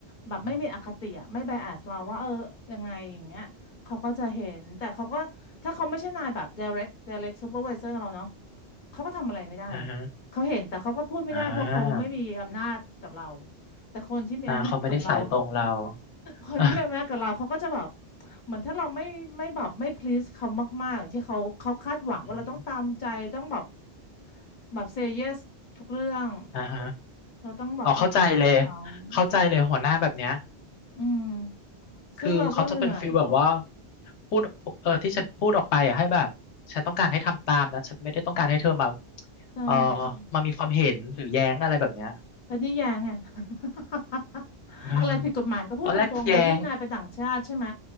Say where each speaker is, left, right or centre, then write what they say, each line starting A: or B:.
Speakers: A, on the left; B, on the left.
A: แบบไม่มีอคติอะไม่ไบแอสเราว่าเออยังไงอย่างเงี้ยเขาก็จะเห็นแต่เขาก็ถ้าเขาไม่ใช่นายแบบ
B: อืม
A: direct direct supervisor เราเนาะเขาก็ทำอะไรไม่ได้ไงเขาเห็นแต่เขาก็พูดไม่ได้เพราะเขาไม่มีอำนาจกับเรา
B: อ่าฮะอ่า
A: แต่คนที่มีอำนาจกับเรา
B: อ่าเขาไม่ได้สายตรงเรา
A: คนที่เป็นแม่กับเราเขาก็จะแบบ
B: <laughs> อ่ะ
A: เหมือนถ้าเราไม่ไม่แบบไม่ please เขามากๆอย่างที่เขาเขาคาดหวังว่าเราต้องตามใจต้องแบบ
B: อืม
A: แบบ say yes ทุกเรื่อง
B: อ่าฮะ
A: เราต้องแบบเอาใจเขา
B: อ๋อเข้าใจเลยเข้าใจเลยหัวหน้าแบบเนี้ย
A: โอ้อืม
B: คือเขาจะเป็นฟีลแบบว่า
A: ซึ่งเราก็เหนื่อย
B: พูดเออที่ฉันพูดออกไปอะให้แบบฉันต้องการให้ทำตามนะฉันไม่ได้ต้องการให้เธอมา
A: ใช่
B: เออมามีความเห็นหรือแย้งอะไรแบบเนี้ย
A: แล้วนี่ยังไง <laughs>
B: เออ
A: อะไรผิดกฎหมายก็พูดตรงๆเลยนี่นายเป็นต่างชาติใช่ไหม
B: ตอนแรกแย้ง